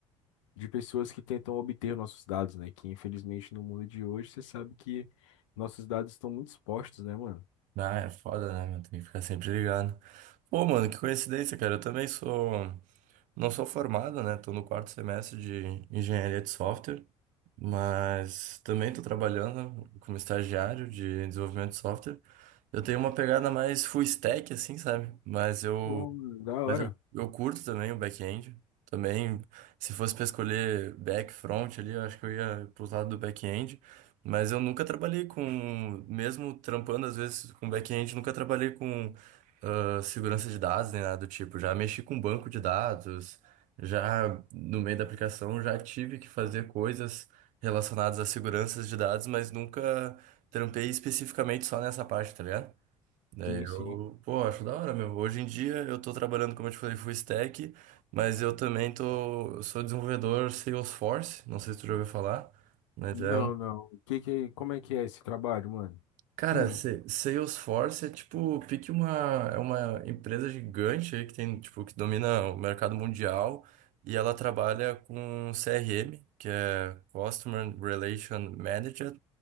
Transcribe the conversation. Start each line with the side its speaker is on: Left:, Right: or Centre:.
Left: de pessoas que tentam obter nossos dados, né? Que infelizmente no mundo de hoje você sabe que nossos dados estão muito expostos, né, mano?
Right: Ah, é foda, né, meu? Tem que ficar sempre ligado. Pô, mano, que coincidência, cara. Eu também sou. Não sou formado, né? Tô no quarto semestre de engenharia de software, mas também tô trabalhando como estagiário de desenvolvimento de software. Eu tenho uma pegada mais full stack, assim, sabe? Mas eu
Left: Pô, mano, da hora.
Right: Mas eu, eu curto também o back-end. Também, se fosse para escolher back, front ali, eu acho que eu ia pro lado do back-end. Mas eu nunca trabalhei com, mesmo trampando às vezes com back-end, nunca trabalhei com ah, segurança de dados nem nada do tipo. Já mexi com banco de dados, já no meio da aplicação já tive que fazer coisas relacionadas a seguranças de dados, mas nunca trampei especificamente só nessa parte, tá ligado? Daí
Left: Sim,
Right: eu,
Left: sim.
Right: pô, acho da hora mesmo. Hoje em dia eu tô trabalhando, como eu te falei, full stack, mas eu também tô, eu sou desenvolvedor Salesforce, não sei se tu já ouviu falar, mas
Left: Não,
Right: é, um-
Left: não. O Que que, como é que é esse trabalho, mano?
Right: cara,
Left: <clears throat>
Right: se- Salesforce é tipo, pique uma, é uma empresa gigante aí que tem, tipo, que domina o mercado mundial e ela trabalha com CRM, que é Customer Relation Manager,